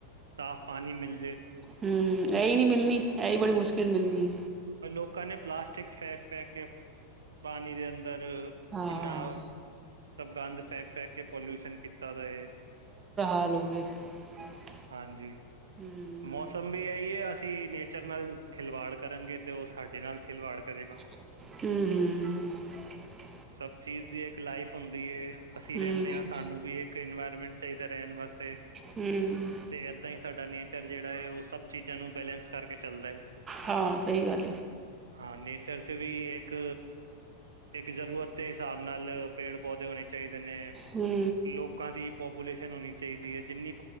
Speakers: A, on the right (about 70°); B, on the right (about 20°).
A: ਸਾਫ਼ ਪਾਨੀ ਮਿਲ ਜੇ
B: ਹਮ ਇਹੀ ਨੀ ਮਿਲਣੀ ਐਹੀ ਬੜੀ ਮੁਸ਼ਕਿਲ ਮਿਲਣੀ ਏ
A: ਪਰ ਲੋਕਾਂ ਨੇ ਪਲਾਸਟਿਕ ਫੈਕ ਫੇਕ ਕੇ ਪਾਣੀ ਦੇ ਅਦਰ ਕਿੰਨਾ
B: ਹਾਂ
A: ਸਭ ਗੰਦ ਫੈਕ ਫੇਕ ਕੇ ਪੋਲਿਊਸ਼ਨ ਕੀਤਾ ਦਾ ਏ
B: <unintelligible>
A: ਹਾਂਜੀ
B: ਹੂੰ
A: ਮੌਸਮ ਵੀ ਇ ਹੀ ਹੈ ਅਸੀਂ ਨੇਚਰ ਨਾਲ ਖਿਲਵਾੜ ਕਰਾਂਗੇ ਤੇ ਉਹ ਸਾਡੇ ਨਾਲ ਖਿਲਵਾੜ ਕਰੇਗਾ
B: ਹੁੰ, ਹੁੰ, ਹੁੰ
A: ਸਭ ਚੀਜ਼ ਦੀ ਇੱਕ ਲਾਈਫ ਹੁੰਦੀ ਏ ਅਸੀਂ
B: ਹੂੰ
A: ਰਹਿੰਦੇ ਹਾਂ ਸਾਨੂੰ ਵੀ ਇੱਕ ਇਨਵਾਇਰਮੈਂਟ ਚਾਹੀਦਾ ਰਹਿਣ ਵਾ ਸੇ
B: ਹੂੰ
A: ਤੇ ਏਦਾਂ ਹੀ ਸਾਡਾ ਨੇਚਰ ਜਿਹੜਾ ਹੈ ਉਹ ਸਭ ਚੀਜ਼ਾਂ ਨੂੰ ਬੈਲਂਸ ਕਰਕੇ ਚੱਲਦਾ ਹੈ
B: ਹਾਂ ਸਹੀ ਗੱਲ ਹੈ।
A: ਹਾਂ ਨੇਚ ਰ ਚ ਵੀ ਇੱਕ ਇੱਕ ਜ਼ਰੂਰਤ ਦੇ ਹਿਸਾਬ ਨਾਲ ਪੇੜ ਪੌਦੇ ਹੋਣੇ ਚਾਹੀਦੇ ਨੇ
B: ਹੂੰ
A: ਲੋਕਾਂ ਦੀ ਪੌਪ ਪਾਪੂਲੇਸ਼ਨ ਹੋਣੀ ਚਾਹੀਦੀ ਹੈ ਜਿੰਨੀ